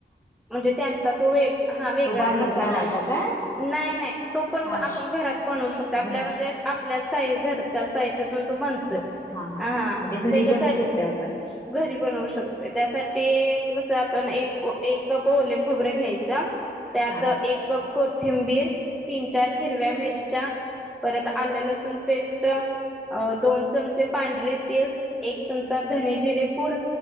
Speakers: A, in the centre; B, on the left (about 15°).
A: म्हणजे त्यांचा तो हा वेगळा
B: तो बाहेरून
A: मसाला
B: आणायचा का
A: नाही नाही तो पण
B: हा
A: आपण घरात बनव शकतो आपल्या
B: घर
A: म्हणजे आपल्या. <unintelligible> साहित्यातून तो बनतोय.
B: हा
A: ह हा
B: म्हणजे
A: त्यांच्यासाठी
B: घरी बनवू शकतो आपण
A: घरी बनवू शकतोय त्यासाठी ते कसं आपण एक एक कप ओले खोबरं घ्यायचं. त्यात
B: हा
A: एक कोथिंबीर तीन चार हिरव्या, मिरच्या परत आलं लसूण पेस्ट दोन चमचे. पांढरे तीळ एक चमचा धने, जिरे पूड